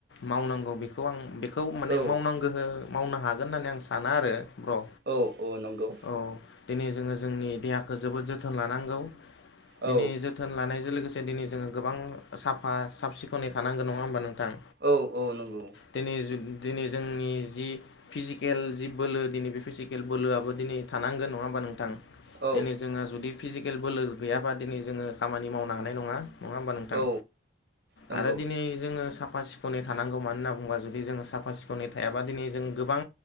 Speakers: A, on the left; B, on the right.
A: मावनांगौ बेखौ आं बेखौ माने
B: औ
A: आ गोहो मावनो हागोन होननानै आं साना आरो ब्र'।
B: औ औ नंगौ।
A: औ दिनै जोङो जोंनि देहाखौ जोबोद जोथोन लानांगौ
B: औ
A: दिनै जोथोन लानायजों लोगोसे दिनै जोङो गोबां साफा साब सिखोनै थानांगौ नङा होमबा नोंथां।
B: औ औ नंगौ।
A: दिनै दिनै जोंनि जि फिजिकेल जि बोलो दिनै बे फिजिकेल बोलोआबो दिनै थानांगोन नङा होमबा नोंथां।
B: औ
A: दिनै जोंहा जुदि फिजिकेल बोलो गैयाबा दिनै जोङो खामानि मावनो हानाय नङा। नङा होमबा नोंथां
B: औ नंगौ
A: आरो दिनै जोङो साफा सिफ सिखोनै थानांगौ मानो होनना बुङोबा जुदि जों साफ सिखोनै थायाबा दिनै जों गोबां